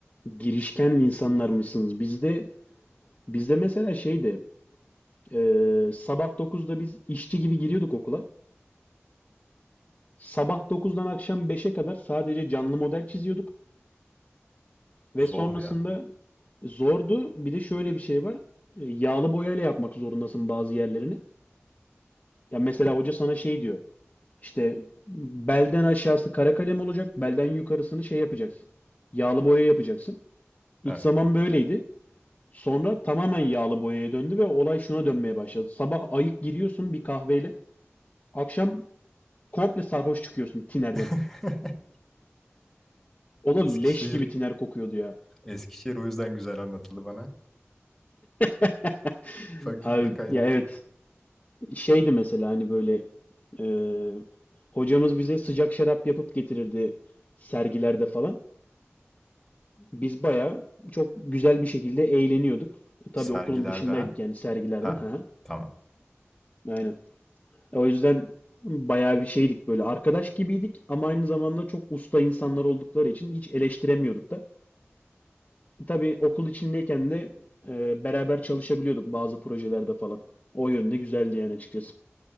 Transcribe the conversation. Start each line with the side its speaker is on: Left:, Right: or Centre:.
Left: Girişken insanlarmışsınız. Bizde bizde mesela şeydi. e, sabah dokuzda biz işçi gibi giriyorduk okula. Sabah dokuzdan akşam beşe kadar sadece canlı model çiziyorduk. Ve
Centre: Zor
Left: sonrasında
Centre: ya.
Left: zordu. Bir de şöyle bir şey var. E, Yağlı boyayla yapmak zorundasın bazı yerlerini. Ya mesela hoca sana şey diyor. İşte belden aşağısı kara kalem olacak, belden yukarısını şey yapacaksın. Yağlı boya yapacaksın. İlk
Centre: Evet.
Left: zaman böyleydi. Sonra tamamen yağlı boyaya döndü ve olay şuna dönmeye başladı. Sabah ayık giriyorsun bir kahveyle. Akşam komple sarhoş çıkıyorsun tinerden.
Centre: <laughs>
Left: O da
Centre: Eskişehir,
Left: leş gibi tiner kokuyordu ya.
Centre: Eskişehir o yüzden güzel anlatıldı bana.
Left: <laughs>
Centre: Fakülte
Left: Abi
Centre: kaynaklı.
Left: ya evet. Şeydi mesela hani böyle e, hocamız bize sıcak şarap yapıp getirirdi sergilerde falan. Biz bayağı çok güzel bir şekilde eğleniyorduk. Tabii
Centre: Sergiler
Left: okulun dışındaydık
Centre: daha.
Left: yani sergilerde.
Centre: Ha,
Left: Ha,
Centre: tamam.
Left: aynen. E, O yüzden bayağı bir şeydik böyle arkadaş gibiydik ama aynı zamanda çok usta insanlar oldukları için hiç eleştiremiyorduk da. Tabii okul içindeyken de e, beraber çalışabiliyorduk bazı projelerde falan. O yönde güzeldi yani açıkçası.